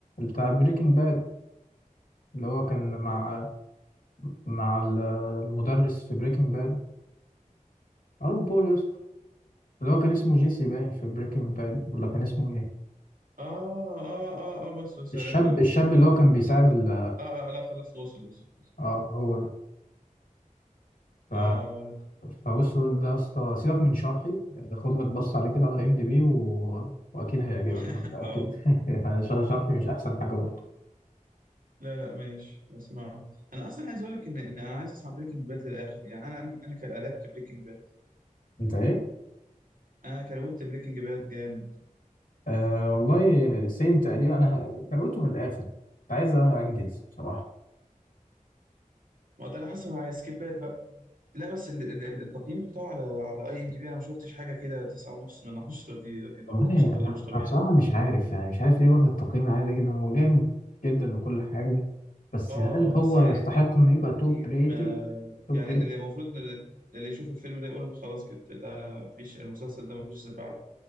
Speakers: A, on the left; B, on the right.
A: بتاع بريكنج باد اللي هو كان مع
B: لا لا.
A: مع ال- المدرس في بريكنج باد ارون بول يا اسطى اللي هو كان اسمه جيسي باين في بريكنج باد ولا كان اسمه ايه
B: اه اه اه اه بس بس
A: الشاب
B: عرفت عرفت
A: الشاب اللي هو كان بيساعد ال
B: اه, آه لا خلاص وصل وصل وصل
A: اه هو ده ف
B: اه اه عرفت
A: فوصل ده يا اسطى سيبك من شرحي خد لك بص عليه كده على ام دي بي و... واكيد هيعجبك
B: <laughs>
A: انا متاكد
B: حاضر
A: <laughs> يعني ش- شرحي مش احسن حاجه برضه
B: لا لا ماشي اسمعه انا اصلا عايز اقول لك ان ان انا عايز اسمع بريكنج باد للاخر يعني انا انا انا كان- قلبت بريكنج باد
A: انت ايه؟
B: انا كروت بريكنج باد جامد
A: أه والله سيم تقريبا انا كروته في الاخر كنت عايز انجز بصراحه
B: ما ده اللي حصل معايا سكيبات بقى لا بس ال- ال- ال- التقييم بتاعه على على اي ام دي بي انا ما شفتش حاجه كده تسعة ونص من عشرة دي يعني ده
A: والله
B: ما كانش ده
A: انا
B: مش طبيعي
A: انا بصراحه مش عارف يعني مش عارف ليه واخد التقييم العالي ده جدا هو جامد جدا وكل حاجه بس
B: اه
A: هل
B: بس
A: هو
B: يعني
A: يستحق انه يبقى
B: التقييم
A: توب ريتد
B: آه
A: توب
B: يعني اللي المفروض إن اللي, اللي يشوف الفيلم ده يقول خلاص كده ده مفيش المسلسل ده مفيش زي بعده